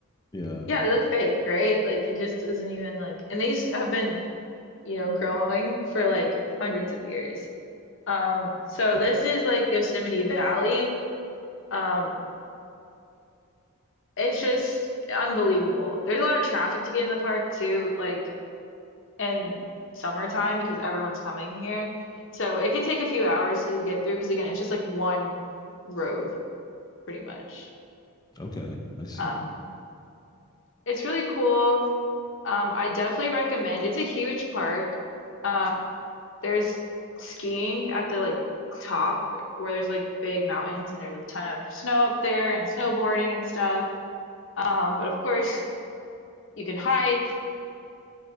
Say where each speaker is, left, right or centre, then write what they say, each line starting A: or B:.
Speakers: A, on the left (about 15°); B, on the left (about 55°).
A: Yeah.
B: Yeah, they look fake, right? Like it just doesn't even like and these have been, you know, growing for like hundreds of years. Um, so
A: Wow.
B: this is like Yosemite Valley. Um, it's just unbelievable. There's a lot of traffic to get in the park too, like in summertime because everyone's coming here. So it could take a few hours to get through because again, it's just like one road pretty much.
A: Okay. I see.
B: Um, it's really cool. Um, I definitely recommend. It's a huge park. Um, There's skiing at the like top where there's like big mountains and there's a ton of snow up there and snowboarding and stuff. Um, but of course you can hike.